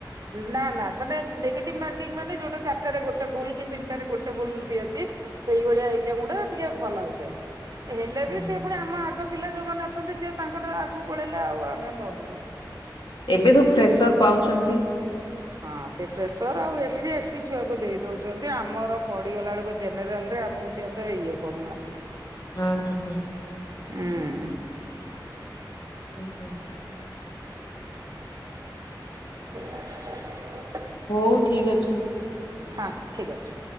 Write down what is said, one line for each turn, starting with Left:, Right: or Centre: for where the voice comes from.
Right: ନା ନା ମାନେ ନେଗେଟିଭ୍ ମାର୍କିଂ ମାନେ ଯୋଉଟା ଚାରଟାରେ ଗୋଟେ ଭୁଲ୍ କି ତିନଟାରେ ଗୋଟେ ଭୁଲ୍ ଦିଅନ୍ତି। ସେଇଭଳିଆ ଏକ୍ଜାମ୍ ଗୁଡା ଟିକେ ଭଲ ହେଇଥାଏ। ହେଲେ
Left: ହୁଁ।
Right: ବି ସେ ପୁଣି ଆମ ଆଗ ପିଲା ଯୋଉମାନେ ଅଛନ୍ତି ସେ ତାଙ୍କ ଠାରୁ ଆଗକୁ ପଳେଇଲେ ଆଉ ଆମେ କଣ କରିବା?
Left: ଏବେ ସବୁ ଫ୍ରେସର୍ ପାଉଛନ୍ତି।
Right: ହଁ ସେ ଫ୍ରେସର୍ ଆଉ ଏ ସି ଏସ୍ଟି ଛୁଆକୁ ଦେଇ ଦଉଛନ୍ତି ଆମର ପଡିଗଲା ବେଳକୁ ଜେନେରାଲ ରେ ଆମକୁ ସେ ଏତେ ଇଏ କରୁନାହାନ୍ତି।
Left: ହୁଁ ହୁଁ।
Right: ହୁଁ।
Left: ହୁଁ ହୁଁ।
Right: <inaudible>
Left: ହଉ ଠିକ୍ ଅଛି।
Right: ହଁ ଠିକ୍ ଅଛି।